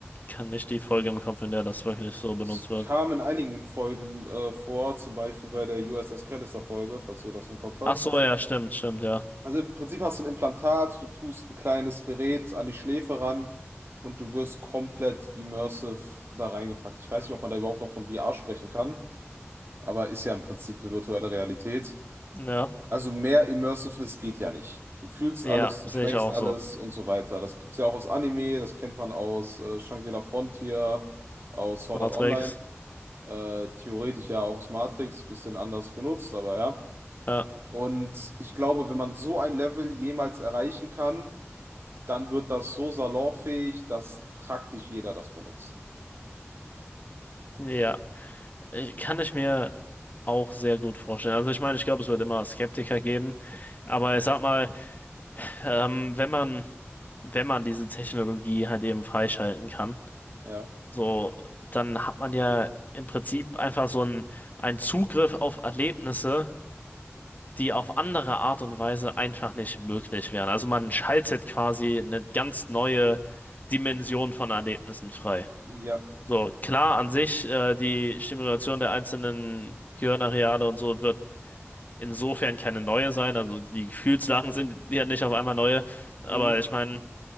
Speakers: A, on the left; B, on the right.
A: kann nicht die Folge im Kopf, in der das wirklich so benutzt
B: es
A: wird.
B: kam in einigen Folgen äh, vor, zum Beispiel bei der USS Callister-Folge, falls du das im Kopf hast.
A: Ach so, ja, stimmt, stimmt, ja.
B: Also im Prinzip hast du ein Implantat, du tust ein kleines Gerät an die Schläfe ran und du wirst komplett immersive da reingepackt. Ich weiß nicht, ob man da überhaupt noch von VR sprechen kann, aber ist ja im Prinzip eine virtuelle Realität.
A: Ja,
B: Also mehr Immersiveness geht ja nicht. Du fühlst
A: ja,
B: alles, du
A: sehe
B: schmeckst
A: ich auch
B: alles
A: so.
B: und so weiter. Das gibt's ja auch aus Anime, das kennt man aus äh, Shangri-La Frontier, aus Sword
A: Matrix,
B: Art Online, äh, theoretisch ja auch aus Matrix, bisschen anders benutzt, aber ja.
A: ja,
B: Und ich glaube, wenn man so ein Level jemals erreichen kann, dann wird das so salonfähig, dass praktisch jeder das benutzt.
A: ja. Ich, kann ich mir auch sehr gut vorstellen. Also ich meine, ich glaube, es wird immer Skeptiker geben, aber ich sag mal, ähm, wenn man, wenn man diese Technologie halt eben freischalten kann,
B: Ja.
A: so, dann hat man ja im Prinzip einfach so einen, einen Zugriff auf Erlebnisse, die auf andere Art und Weise einfach nicht möglich wären. Also man schaltet quasi eine ganz neue Dimension von Erlebnissen frei.
B: Ja.
A: So, klar, an sich, äh, die Stimulation der einzelnen Gehirnareale und so wird insofern keine neue sein. Also die Gefühlslagen sind ja nicht auf einmal neue. Aber
B: Mhm.
A: ich meine,